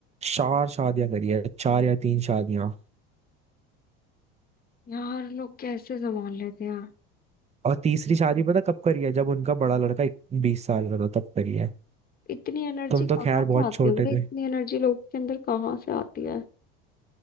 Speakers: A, on the right; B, on the left.
A: चार शादियां करी है चार या तीन शादियां
B: यार लोग कैसे संभाल लेते हैं
A: और तीसरी शादी पता कब करी है जब उनका बड़ा लड़का बीस साल का था तब करी है
B: इतनी एनर्जी
A: तुम
B: कहाँ
A: तो खैर
B: से
A: बहुत
B: आती
A: छोटे
B: है भाई
A: थे
B: इतनी एनर्जी लोग के अंदर कहाँ से आती है